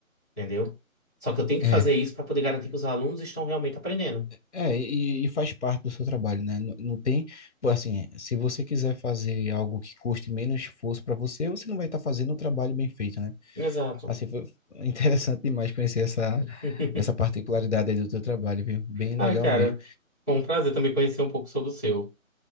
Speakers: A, in the centre; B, on the left.
A: entendeu? Só que eu tenho que
B: É,
A: fazer isso para poder garantir que os alunos estão realmente aprendendo.
B: é e, e faz parte do seu trabalho, né? Não, não tem, pô, assim, se você quiser fazer algo que custe menos esforço para você, você não vai estar fazendo um trabalho bem feito, né?
A: Exato.
B: Assim, foi <laughs> interessante demais conhecer essa,
A: <laughs>
B: essa particularidade aí do teu trabalho, viu? Bem
A: Ah,
B: legal
A: cara,
B: mesmo.
A: foi um prazer também conhecer um pouco sobre o seu.